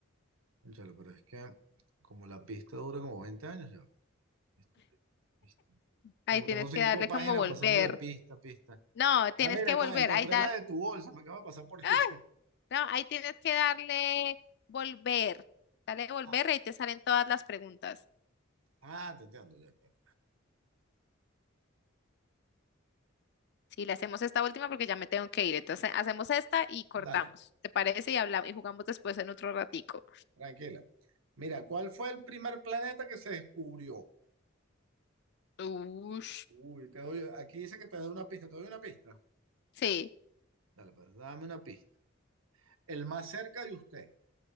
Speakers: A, on the right; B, on the left.
A: cónchale, pero es que como la pista dura como 20 años, yo, pista, pista, pista.
B: Ahí
A: Como
B: tienes
A: tengo cinco
B: que darle
A: páginas
B: como volver.
A: pasando de pista a pista.
B: No, tienes
A: Ah, mira,
B: que volver.
A: co- encontré
B: Ahí da.
A: la de tu bolsa, me acabo de pasar por
B: ¡Ah!
A: ella.
B: No, ahí tienes que darle volver. Dale volver
A: Ah,
B: y ahí te salen todas las preguntas.
A: ah, te entiendo, ya, espera.
B: Sí, le hacemos esta última porque ya me tengo que ir. Entonces hacemos esta y cortamos.
A: Dale,
B: ¿Te parece? Y hablamos y jugamos después en otro ratico.
A: tranquila. Mira, ¿cuál fue el primer planeta que se descubrió?
B: Uy,
A: Uy, te doy, aquí dice que te doy una pista, ¿te doy una pista?
B: Sí.
A: Dale, pues dame una pista. El más cerca de usted.